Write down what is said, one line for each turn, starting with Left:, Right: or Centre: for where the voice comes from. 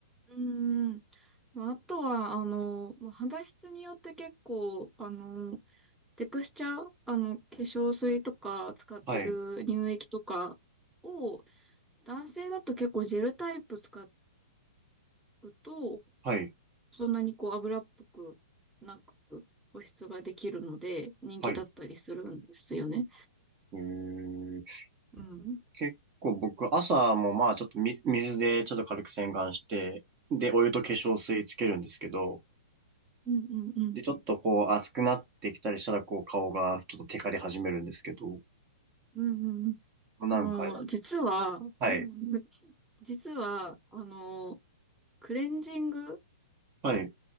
Centre: うーん。まあ、あとは、あの、まあ肌質によって結構、あの、テクスチャー、あの、化粧水とか使ってる乳液とかを、
Right: はい、
Centre: 男性だと結構ジェルタイプ使うと、
Right: はい、
Centre: そんなにこう油っぽくなく保湿ができるので、人気だったりするんですよね。
Right: はい。えー
Centre: うん。
Right: 結構僕、朝もまあ、ちょっとみ、水でちょっと軽く洗顔して、で、お湯と化粧水つけるんですけど、
Centre: うんうんうん。
Right: で、ちょっとこう、熱くなってきたりしたら、こう、顔がちょっとテカり始めるんですけど、
Centre: うんうんうん。
Right: なんかあれなんですか
Centre: あの、実は、
Right: はい。
Centre: うん <laughs> 実は、あの、クレンジング
Right: はい。